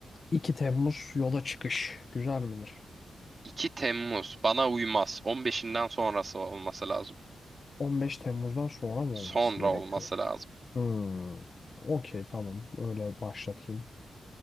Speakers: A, on the left (about 40°); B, on the right (about 35°).
A: 2 Temmuz yola çıkış. Güzel midir?
B: 2 Temmuz bana uymaz. On beşinden sonrası olması lazım.
A: 15 Temmuz'dan sonra mı
B: Sonra
A: olması gerekiyor?
B: olması lazım.
A: Hmm. Okey tamam. Öyle başlatayım.